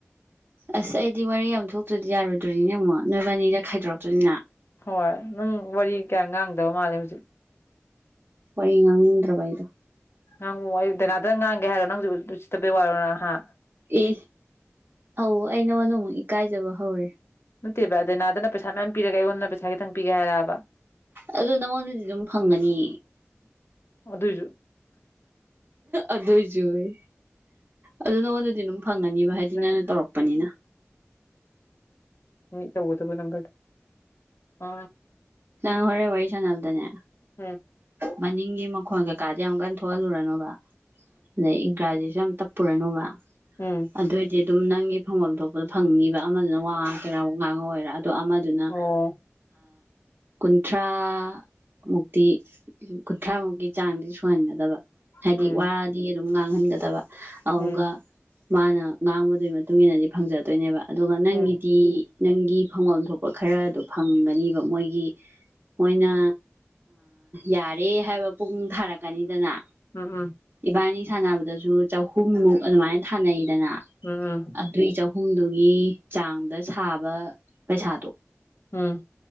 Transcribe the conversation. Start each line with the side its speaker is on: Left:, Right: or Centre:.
Right: ꯑꯁ ꯑꯩꯗꯤ ꯋꯥꯔꯤ ꯌꯥꯝ ꯊꯣꯛꯇ꯭ꯔꯗꯤ ꯌꯥꯔꯣꯏꯗꯣꯔꯤꯅꯦ ꯑꯃꯨꯛ ꯅꯣꯏꯕꯥꯅꯤꯗ ꯈꯥꯏꯗꯣꯔꯛꯇꯣꯏꯅꯤꯅ
Left: ꯍꯣꯏ ꯅꯪ ꯋꯥꯔꯤ ꯀꯌꯥ ꯉꯥꯡꯗꯕ ꯃꯥꯜꯂꯦ ꯍꯧꯖꯤꯛ
Right: ꯄ ꯉꯥꯡꯗ꯭ꯔꯕꯥꯏꯔ
Left: ꯅꯪꯕꯨ ꯑꯩ ꯗꯥꯅꯥꯗꯪ ꯉꯥꯡꯒꯦ ꯍꯥꯏꯔꯣ ꯅꯪꯁꯨ ꯑꯗꯨ ꯆꯠꯇꯕꯩ ꯋꯥꯔꯣꯅꯍ
Right: ꯏ ꯑ ꯑꯩ ꯅꯉꯣꯟꯗ ꯑꯃꯨꯛ ꯏꯀꯥꯏꯖꯕ ꯍꯧꯔꯦ
Left: ꯅꯠꯇꯦꯕ ꯑꯗ ꯅꯥꯗꯅ ꯄꯩꯁꯥ ꯃꯌꯥꯝ ꯄꯤꯔꯒ ꯑꯩꯉꯣꯟꯗ ꯄꯩꯁꯥ ꯈꯤꯇꯪ ꯄꯤꯒꯦ ꯍꯥꯏꯔꯛꯑꯕ
Right: ꯑꯗꯨ ꯅꯉꯣꯟꯗꯗꯤ ꯑꯗꯨꯝ ꯐꯪꯒꯅꯤ
Left: ꯑꯗꯨꯏꯁꯨ
Right: ꯑꯗꫭꯏꯁꯨ ꯑꯩ ꯑꯗꯨ ꯅꯪꯉꫭꯟꯗꯗꯤ ꯐꯪꯉꯅꯤꯕ ꯍꯥꯏꯗꯤ
Left: ꯅꯪ
Right: ꯅꯪꯅ ꯇꯧꯔꯛꯄꯅꯤꯅ
Left: ꯇꯧꯕꯗꯕꯨ ꯅꯪꯒ ꯑ
Right: ꯅꯪ ꯍꯣꯔꯦ ꯋꯥꯔꯤ ꯁꯥꯟꯅꯕꯅꯕꯗꯅꯦ
Left: ꯎꯝ
Right: ꯃꯅꯤꯡꯒꯤ ꯃꯈꯣꯟ ꯀꯩꯀꯥꯗꯤ ꯑꯃꯨꯛ ꯀꯟꯅ ꯊꯣꯛꯍꯜꯂꯨꯔꯅꯨꯕ ꯑꯗꯩ ꯏꯪꯒ꯭ꯔꯥꯖꯤ ꯌꯥꯝ ꯇꯞꯄꯨꯔꯅꯨꯕ
Left: ꯎꯝ ꯎꯝ
Right: ꯑꯗꯨꯑꯣꯏꯗꯤ ꯑꯗꯨꯝ ꯅꯪꯒꯤ ꯐꯪꯐꯝ ꯊꯣꯛꯄꯗ ꯐꯪꯅꯤꯕ ꯑꯃꯗꯨꯅ ꯋꯥ ꯀꯩꯔ ꯉꯥꯡꯉ ꯑꯣꯏꯔꯥ ꯑꯗꯣ ꯑꯃꯗꯨꯅ
Left: ꯑꯣ
Right: ꯀꯨꯟꯊ꯭ꯔꯥ ꯃꯨꯛꯇꯤ ꯀꯨꯟꯊ꯭ꯔꯥꯃꯨꯛꯀꯤ ꯆꯥꯡꯗꯤ ꯁꯨꯍꯟꯒꯗꯕ ꯍꯥꯏꯗꯤ
Left: ꯎꯝ
Right: ꯋꯥꯔꯗꯤ ꯑꯗꯨꯝ ꯉꯥꯡꯍꯟꯒꯗꯕ ꯑꯗꯨꯒ
Left: ꯎꯝ
Right: ꯃꯥꯅ ꯉꯥꯡꯕꯗꯨꯒꯤ ꯃꯇꯨꯡ ꯏꯟꯅꯗꯤ ꯐꯪꯖꯗꯣꯏꯅꯦꯕ ꯑꯗꯨꯒ ꯅꯪꯒꯤꯗꯤ
Left: ꯎꯝ
Right: ꯅꯪꯒꯤ ꯐꯪꯐꯝ ꯊꯣꯛꯄ ꯈꯔꯗꯣ ꯐꯪꯒꯅꯤꯕ ꯃꯣꯏꯒꯤ ꯃꯣꯏꯅ ꯌꯥꯔꯦ ꯍꯥꯏꯕ ꯄꯨꯡ ꯊꯥꯔꯛꯀꯅꯤꯗꯅ
Left: ꯎꯝ ꯎꯝ
Right: ꯏꯕꯥꯅꯤ ꯁꯥꯟꯅꯕꯗꯁꯨ ꯆꯍꯨꯝꯃꯨꯛ ꯑꯗꯨꯃꯥꯏꯅ ꯁꯥꯅꯩꯗꯅ
Left: ꯎꯝ ꯎꯝ
Right: ꯑꯗꯨꯏ ꯆꯨꯝ ꯑꯍꯨꯝꯗꯨꯒꯤ ꯆꯥꯡꯗ ꯁꯥꯕ ꯄꯩꯁꯥꯗꯣ
Left: ꯎꯝ